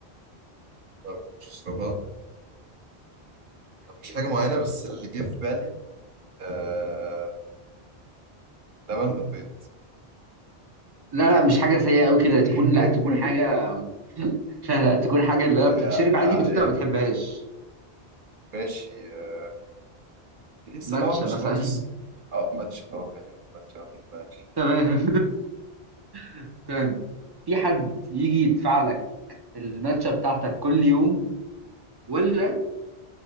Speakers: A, on the right (about 60°); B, on the right (about 40°).
A: طب مش اشربها مش حاجه معينه بس اللي جه في بالي آه لبن بالبيض
B: لا لا مش حاجه سيئه قوي كده
A: <laughs>
B: تكون لا تكون حاجه <laughs> لا لا تكون حاجه اللي هي
A: حاجه
B: بتتشرب عادي
A: عاديه
B: بس انت ما بتحبهاش
A: ماشي آه، تحس
B: ماتشا
A: اللي هو مشروبات
B: مثلا
A: الس-
B: <laughs>
A: او ماتش اه خلينا في ماتش أو بلاش.
B: تمام <laughs> تمام في حد يجي يدفع لك الماتشا بتاعتك كل يوم ولا